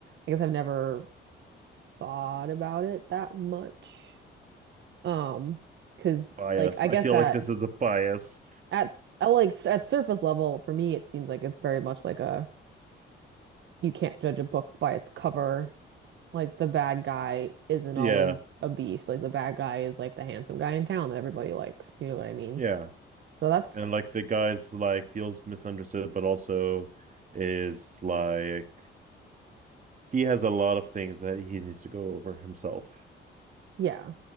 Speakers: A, on the right (about 65°); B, on the right (about 40°).
A: I guess I've never thought about it that much. Um, 'cause
B: bias.
A: like I
B: I
A: guess
B: feel
A: at
B: like this is a bias.
A: at s- I like s- at surface level for me it seems like it's very much like a you can't judge a book by its cover. Like the bad guy isn't
B: Yeah,
A: always a beast. Like the bad guy is like the handsome guy in town that everybody likes. You know what I mean?
B: yeah.
A: So that's
B: And like the guy's like feels misunderstood, but also is like he has a lot of things that he needs to go over himself.
A: Yeah.